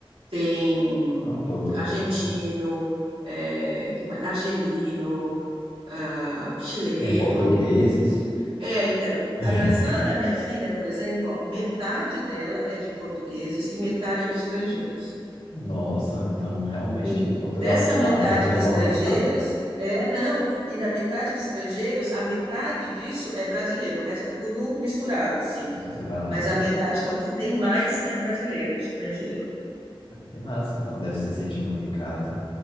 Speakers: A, on the right; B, on the left.
A: tem
B: Ah, louco,
A: argentino,
B: Ucrânia.
A: é, que mais? Argelino, ah, chileno.
B: Tem portugueses.
A: É, então,
B: <laughs>
A: a- na sala da minha filha, por exemplo, ó, metade dela é de portugueses e metade é de estrangeiros.
B: Nossa, então realmente
A: E
B: Portugal
A: dessa metade
B: tá sendo recolonizado,
A: de estrangeiros, é, não, e da metade de estrangeiros, a metade disso é brasileiro, o resto é tudo misturado, assim.
B: misturado.
A: Mas a metade, então, que tem mais é brasileiro, de estrangeiro.
B: Que massa, então deve se sentir muito em casa.